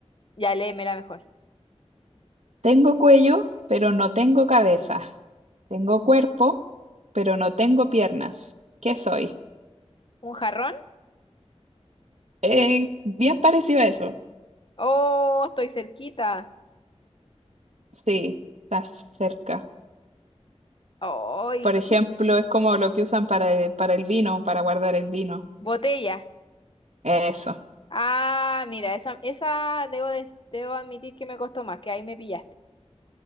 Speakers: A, on the left; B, on the right.
A: Ya léeme la mejor.
B: Tengo cuello, pero no tengo cabeza. Tengo cuerpo, pero no tengo piernas. ¿Qué soy?
A: ¿Un jarrón?
B: Eh, bien parecido a eso.
A: Oh, estoy cerquita.
B: Sí, estás cerca.
A: ¡Ay!
B: Por ejemplo, es como lo que usan para el, para el vino, para guardar el vino.
A: Botella.
B: Eso.
A: Ah, mira, esa, esa debo, des- debo admitir que me costó más, que ahí me pillaste.